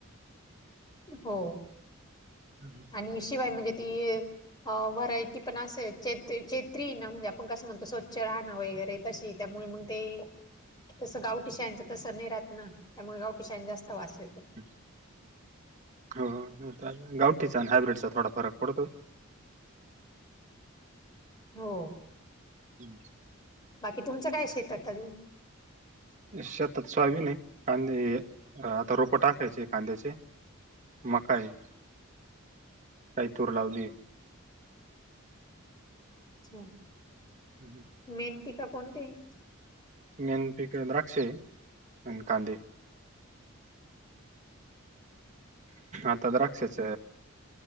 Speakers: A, on the left (about 20°); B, on the right (about 35°).
A: हो
B: हम्म.
A: आणि शिवाय मगे ती व्हरायटी पण असे चेत्री ना म्हणजे आपण कसं म्हणतो स्वच्छ राहणं वगैरे तसे त्यामुळे मग ते तसं गावठी शायांचं तस नाही राहत ना त्यामुळे गावठी शायां जास्त वास येत
B: हम् हो गावठीचा आणि हायब्र्रीड चा थोडा फरक कडत
A: हो
B: हम्म
A: बाकी तुमचं काय शेतात अजून
B: शेतात स्वाभन आहे कांदे आता रोप टाकायचे कांद्याचे म काय काही तूर लावलीय
A: चं
B: हम् ह
A: मेन पिक कोणती हे?
B: मेन पिक द्राक्ष आणि कांदे हे. आता द्राक्षाच